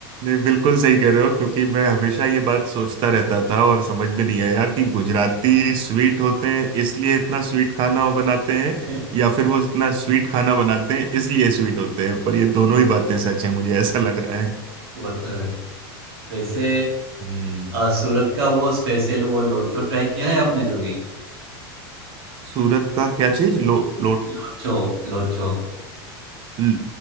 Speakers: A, on the right (about 40°); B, on the right (about 85°).
A: नहीं बिल्कुल सही कह रहे हो क्योंकि मैं हमेशा ये बात सोचता रहता था और समझ में नहीं आया कि गुजराती स्वीट होते हैं इसलिए इतना स्वीट खाना वो बनाते हैं
B: <laughs>
A: या फिर वो इतना स्वीट खाना बनाते हैं इसलिए स्वीट होते हैं पर ये दोनों ही बातें सच है मुझे ऐसा लग रहा है
B: वो तो है वैसे
A: हम्म
B: अ, सूरत का वो स्पेशल वो लोचो ट्राई किया है आपने कभी
A: सूरत का क्या चीज लो लो
B: लोचो लोचो
A: ल-